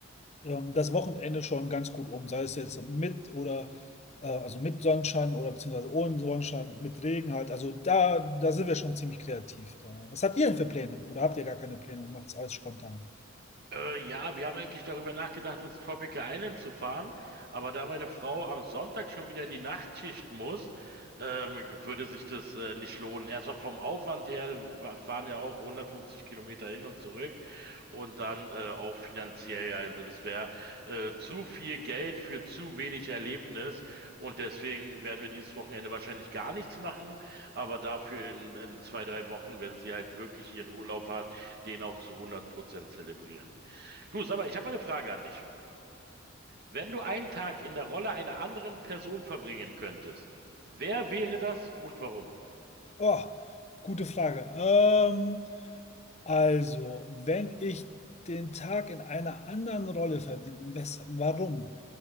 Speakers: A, on the left; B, on the right.
A: ähm, das Wochenende schon ganz gut um, sei es jetzt mit oder äh, also mit Sonnenschein oder beziehungsweise ohne Sonnenschein, mit Regen halt. Also da, da sind wir schon ziemlich kreativ. Da. Was habt ihr denn für Pläne? Oder habt ihr gar keine Pläne und macht es alles spontan?
B: Äh, ja, wir haben eigentlich darüber nachgedacht, ins Tropical Island zu fahren, aber da meine Frau am Sonntag schon wieder in die Nachtschicht muss, ähm, würde sich das äh, nicht lohnen. Erstmal vom Aufwand her, wir fahren ja auch 150 Kilometer hin und zurück und dann äh, auch finanziell. Also das wäre äh, zu viel Geld für zu wenig Erlebnis und deswegen werden wir dieses Wochenende wahrscheinlich gar nichts machen, aber dafür in, in zwei, drei Wochen, wenn sie halt wirklich ihren Urlaub hat, den auch zu 100 Prozent zelebrieren. Du, sag mal, ich habe eine Frage an dich. Wenn du einen Tag in der Rolle einer anderen Person verbringen könntest, wer wäre das und warum?
A: Oh, gute Frage. Ähm, Also, wenn ich den Tag in einer anderen Rolle verbringe und weshalb, warum?